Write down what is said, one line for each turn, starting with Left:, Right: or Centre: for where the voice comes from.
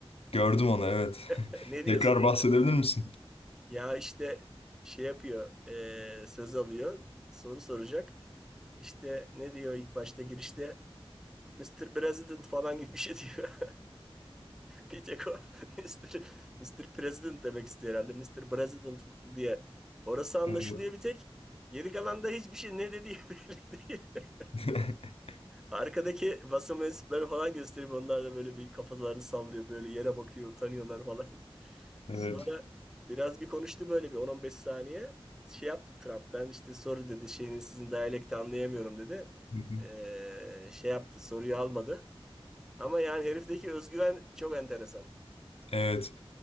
Left: Gördüm onu evet.
Centre: <laughs>
Left: <laughs>
Centre: Ne diyorsun?
Left: Tekrar bahsedebilir misin?
Centre: Ya işte şey yapıyor, eee, söz alıyor, soru soracak. İşte ne diyor ilk başta girişte? Mister President falan gibi bir şey diyor. <laughs> Bir tek o <laughs> Mr. Mr. President demek istiyor herhalde. Mister President diye. Orası anlaşılıyor
Left: Evet.
Centre: bir tek. Geri kalan da hiçbir şey ne dediği <laughs> belli değil.
Left: <laughs>
Centre: Arkadaki basın mensupları falan gösterip onlar da böyle bir kafalarını sallıyor. Böyle yere bakıyor, utanıyorlar falan. <laughs>
Left: Evet.
Centre: Sonra biraz bir konuştu böyle bir on on beş saniye. Şey yaptı Trump. Ben işte soru dedi şeyin sizin diyalekti anlayamıyorum dedi.
Left: Hı hı.
Centre: Ee, şey yaptı soruyu almadı. Ama yani herifteki özgüven çok enteresan.
Left: Evet.